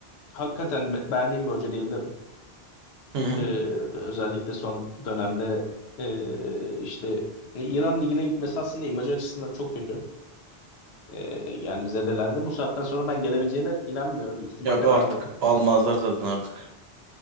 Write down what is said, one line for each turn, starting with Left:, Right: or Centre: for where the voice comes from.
Left: hakikaten be- beğendiğim bir hoca diyebilirim.
Right: Hı hı.
Left: E, özellikle son dönemde e, işte İran Ligi'ne gitmesi aslında imajı açısından çok kötü. E, yani zedelendi. Bu saatten sonra ben gelebileceğine inanmıyorum. İhtimal
Right: Yok
Left: de
Right: artık
Left: vermiyorum.
Right: almazlar zaten artık.